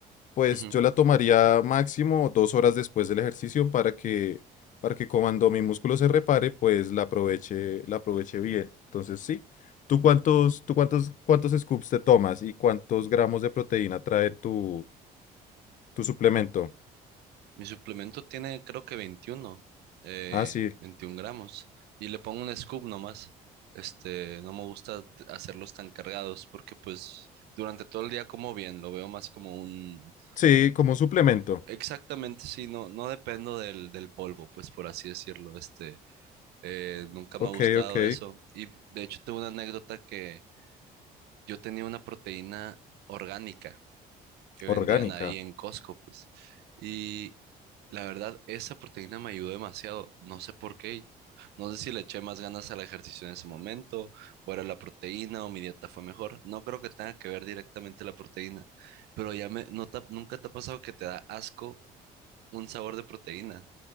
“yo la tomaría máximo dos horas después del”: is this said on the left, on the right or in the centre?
Left